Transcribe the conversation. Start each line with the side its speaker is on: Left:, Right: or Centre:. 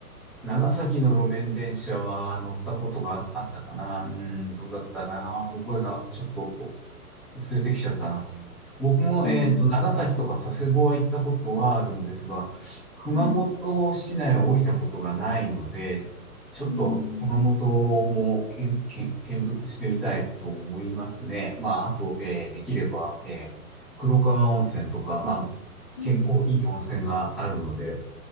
Centre: 長崎の路面電車は乗ったことがあったかなうん、どうだったかな覚えがちょっと薄れてきちゃったな。僕も、
Left: うん、
Centre: えっと、長崎とか佐世保は行ったことはあるんですが、熊本市内を降りたことがないので、
Left: うん、
Centre: ちょっと熊本も見、
Left: うん、
Centre: 見、見物してみたいと思いますね。まあ、あと、えーできれば、えー黒川温泉とか、まあ、
Left: うん。
Centre: 結構いい温泉があるので、